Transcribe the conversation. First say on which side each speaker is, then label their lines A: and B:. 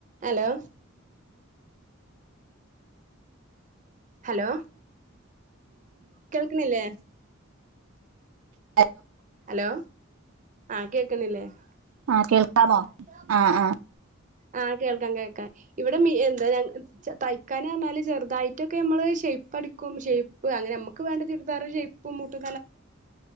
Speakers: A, on the right; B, on the right.
A: Hello hello കേൾക്കുന്നില്ലേ
B: <inaudible>
A: hello ആ കേക്കുന്നില്ലേ
B: ആഹ് കേൾക്കാമോ
A: <unintelligible>
B: ആഹ് ആഹ്
A: ആ കേൾക്കാം കേക്കാ ഇവിടെ മി എന്താ ഞങ്ച തയ്ക്കാന് അർഞ്ഞാല് ചെറ്തായിറ്റൊക്കെ ഞമ്മള് ഷെയ്പടിക്കും. ഷെയ്പ് അങ്ങനെ മ്മക്ക് വേണ്ട ചുരിദാറ് ഷെയ്പും മുട്ട്